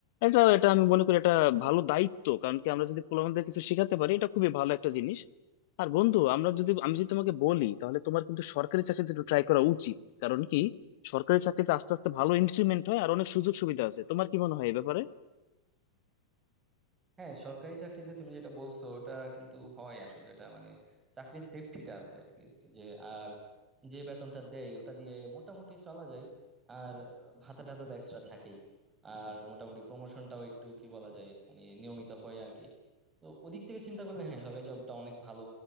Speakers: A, on the left; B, on the right.
A: এটা এটা আমি মনে করি এটা ভালো দায়িত্ব কারণ কি আমরা যদি পোলাপানদের কিছু শেখাতে পারি এটা খুবই ভালো একটা জিনিস আর বন্ধু আমরা যদি আমি যদি তোমাকে বলি তাহলে তোমার কিন্তু সরকারি চাকরিতে একটু ট্রাই করা উচিত কারণ কি সরকারি চাকরিতে আস্তে আস্তে ভালো ইনক্রিমেন্ট হয় আর অনেক সুযোগ সুবিধা আছে তোমার কি মনে হয় এ ব্যাপারে
B: হ্যাঁ সরকারি চাকরিতে তুমি যেটা বলছো ওটা কিন্তু হয় আসলে এটা মানে চাকরির সেফটিটা আছে লিস্ট যে আর যে বেতনটা দেয় ওটা দিয়ে মোটামুটি চলা যায় আর ভাতা টাতা তো এক্সট্রা থাকেই আর মোটামুটি প্রমোশনটাও একটু কি বলা যায় মানে নিয়মিত হয় আর কি তো ওদিক থেকে চিন্তা করলে হ্যাঁ সরকারি জবটা অনেক ভালো